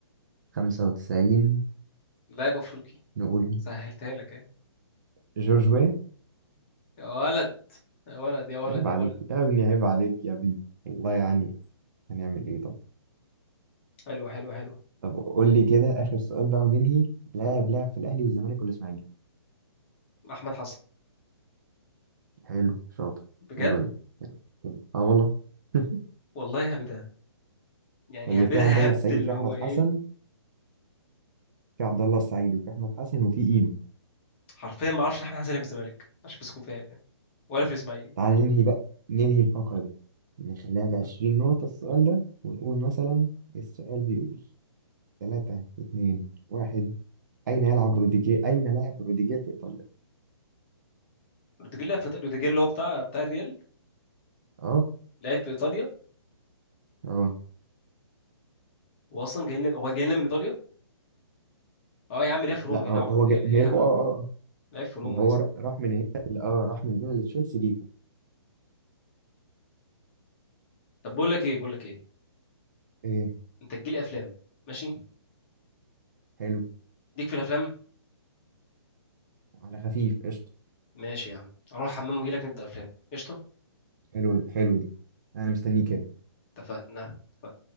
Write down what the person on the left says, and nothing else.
لاعب افريقي
سهلتها لك اهي
يا ولد يا ولد يا ولد
يا
ولد
حلو حلو حلو
احمد حسن
بجد
والله هبدها يعني
هبدها
هبد
اللي
هو ايه
حرفيا ما اعرفش إن احمد حسن لعب في الزمالك عشان بس اكون فاهم يعني ولا في الاسماعيلي
روديجير لعب في إيطاليا- روديجير اللي هو بتاع بتاع الريال
لعب في ايطاليا
واصلا جاي لنا هو جاي لنا من ايطاليا اه يا عم لعب في
روما ايه
العبط
ايه
ال-
إيه الهبل
ده
لعب في روما
يا اسطى.
طب بقول لك ايه بقول لك ايه
انت تجيلي افلام ماشي
ليك في الافلام
ماشي يا عم اروح الحمام واجي لك نبدا افلام قشطه
اتفقنا اتفقنا